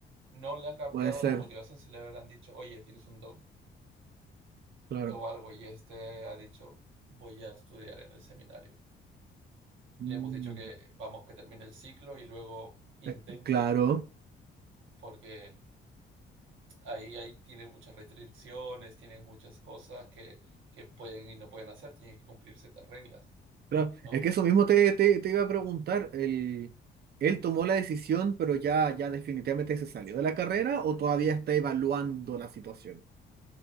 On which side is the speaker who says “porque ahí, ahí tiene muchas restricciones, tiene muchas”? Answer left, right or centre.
Right